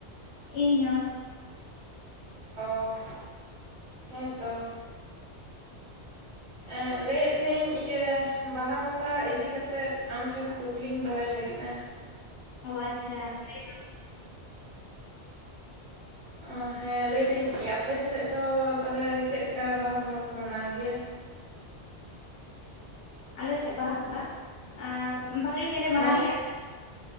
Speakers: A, on the left; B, on the right.
A: ᱤᱧ ᱦᱚᱸ
B: ᱚ ᱦᱮᱸ ᱛᱚ ᱮ ᱞᱟᱹᱭᱮᱫ ᱛᱟᱦᱮᱸᱫ ᱟ. ᱧ ᱤᱭᱟᱹ ᱵᱟᱦᱟ ᱵᱚᱸᱜᱟ ᱤᱫᱤ ᱠᱟᱛᱮᱫ ᱟᱢ ᱴᱷᱮᱱ ᱠᱩᱠᱞᱤᱧ ᱫᱚᱦᱚᱭ ᱞᱟᱹᱜᱤᱫᱼᱟ
A: ᱚ ᱟᱪᱪᱷᱟ ᱞᱟᱹᱭ ᱢᱮ ᱢᱟ
B: ᱚ ᱦᱮᱸ ᱞᱟᱹᱭ ᱫᱟᱹᱧ ᱟᱯᱮ ᱥᱮᱫ ᱫᱚ ᱛᱟᱞᱦᱮᱸ ᱪᱮᱫ ᱠᱟ ᱵᱟᱦᱟ ᱵᱚᱸᱜᱟ ᱯᱮ ᱢᱟᱱᱟᱣ ᱜᱮᱭᱟ
A: ᱟᱞᱮ ᱥᱮᱫ ᱵᱟᱦᱟ ᱵᱚᱸᱜᱟ ᱮ ᱵᱷᱟᱹᱜᱤ ᱜᱮᱞᱮ ᱢᱟᱱᱟᱣ
B: ᱦᱮᱸ
A: ᱜᱮᱭᱟ